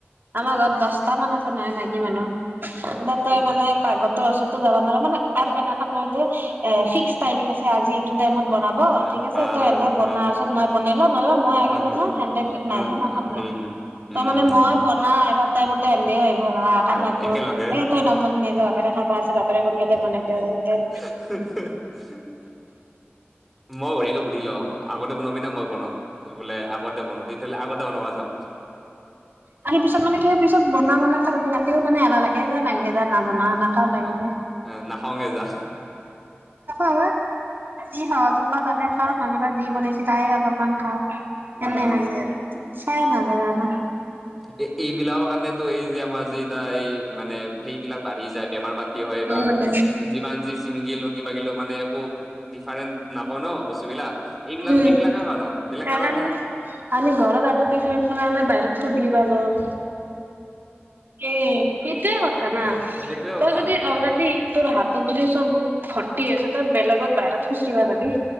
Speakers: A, on the right; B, in the centre.
A: আমাৰ ঘৰত দচটা মান আছে নাই মাইকী মানুহ এতিয়া তই মানে। পাকঘৰত ওচৰতো যাব নোৱাৰা মানে আৰু এনেকা নহয় যে এ ফিক্স। টাইমিং আছে, আজি এইটো টাইমত
B: আহ,
A: বনাব
B: হা
A: ঠিক আছে,
B: হা
A: তই
B: হা
A: সেনেতে বনাৰ
B: হা হা
A: পিচত মই বনাই লম, মই আগে বনাও
B: হা
A: সিহঁতে। নাই
B: হা
A: সেনে নাই
B: উম উম
A: তই মানে মই বনা আহিব টাইমতে সিহঁতেও আহিব ভাত লাগব
B: একেলগে
A: এ তই নবনামনি নাই ৰহ বাপেৰে খাবা আছে বাপেৰে সোনকালেনাই হেঁতেন
B: <unintelligible> মই বঢ়িয়াকে সুধি লওঁ আগতে বনাবি না মই বনাম বোলে আগতে বনাওঁ। তেতিহ'লে আগতে বনাব যা।
A: আমি পিছত মানে কেলে। পিছত বনোৱা বনে ৰাতিও মানে এলাহ লাগে <unintelligible>
B: অ'
A: যায়।
B: নখংগেই যা।
A: অ ই সহজত তাতে কাৰত নহলেবাৰ যি বনাইছে <unintelligible> চ তাই অলপমান খাওঁ সনে
B: উম
A: হৈ আৰু ইচ্ছা নযায় জানা।
B: এই এইবিলাকৰ কাৰণেতো এই যে আমাৰ যি এটা এই মানে সেইবিলাক বাঢ়ি যায় বেমাৰ পাতি হয়,
A: উম
B: বা যিমান যি চিংগি লগগি বাগিলেও মানে একো ডিফাৰেন্ট নাপাওঁ ন বস্তুবলাক, এইবিলাক
A: উম
B: এইবিলাকে কাৰণ বেলেগ
A: সেইকাৰণে
B: কাৰণ নাই।
A: আমি ঘৰত আাবৌ পিছাৰ আ্থান আমি বাহিৰৰত সোধল বাগ <unintelligible> এ সেইটয়ে কথা না,
B: সেইটোয়ে
A: তই
B: কথা
A: যদি অলৰে'দি তোৰ হাতত যদি চব ভৰ্তি আছে তই বেলেগত বাহিৰত খুচিবা যাবি?